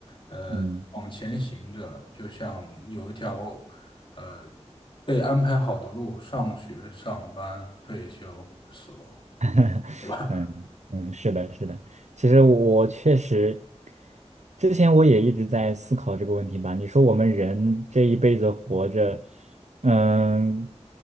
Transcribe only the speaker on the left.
呃，
往前行着，就像有一条呃被安排好的路，上学、上班、退休、死亡。
对吧？